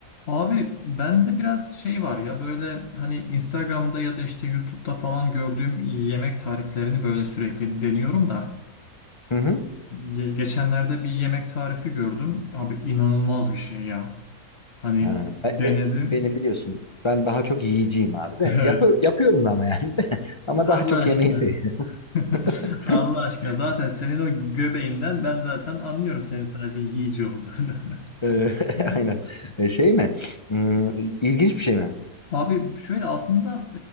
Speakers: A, on the left; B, on the left.
A: Abi bende biraz şey var ya böyle hani Instagram'da ya da işte YouTube'da falan gördüğüm yemek tariflerini böyle sürekli deniyorum da
B: Hı hı.
A: Ge- geçenlerde bir yemek tarifi gördüm. Abi inanılmaz bir şey ya. Hani
B: Ha,
A: denedim.
B: ben, be- beni biliyorsun. Ben daha çok yiyeceğim abi de.
A: <laughs> Evet.
B: Yapı- yapıyorum da ama yani de. <laughs> Ama
A: Allah
B: daha çok
A: aşkına.
B: yemeği seviyorum.
A: <laughs>
B: <laughs>
A: Allah aşkına zaten senin o göbeğinden ben zaten anlıyorum senin sadece yiyici olduğunu.
B: Ee,
A: <laughs>
B: <laughs> Aynen. Ee, şey mi? Hmm, ilginç bir şey mi?
A: Abi şöyle aslında